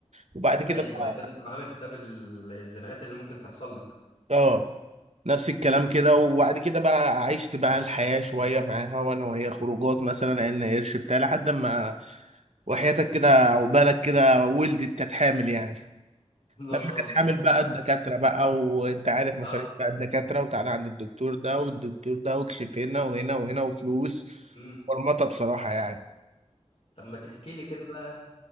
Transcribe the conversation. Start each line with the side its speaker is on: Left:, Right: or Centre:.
Right: وبعد كده
Left: ايوه
Right: بقى
Left: ايوه لازم تبقى عامل حساب ال- الزناقات اللي ممكن تحصل لك
Right: اه نفس الكلام كده وبعد كده بقى عشت بقى الحياة شوية معاها وانا وهي خروجات مثلا عيلنا قرش بتاع لحد ما وحياتك كده عقبالك كده ولدت كانت حامل يعني
Left: <laughs> ما
Right: كانت
Left: شاء الله
Right: حامل بقى الدكاترة بقى وانت عارف
Left: <laughs>
Right: مصاريف
Left: اه
Right: بقى الدكاترة وتعالى عند الدكتور ده والدكتور ده واكشف هنا وهنا وهنا وفلوس
Left: امم
Right: مرمطة بصراحة يعني
Left: طب ما تحكي لي كده بقى